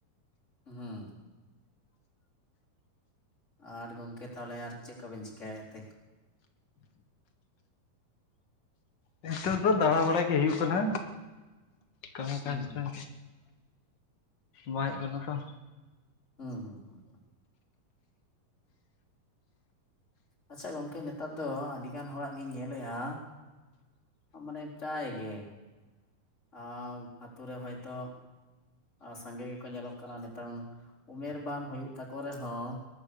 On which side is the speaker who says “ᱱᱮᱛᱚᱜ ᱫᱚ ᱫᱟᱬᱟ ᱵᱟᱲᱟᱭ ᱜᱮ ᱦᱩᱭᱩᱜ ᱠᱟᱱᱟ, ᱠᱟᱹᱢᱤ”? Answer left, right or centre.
Left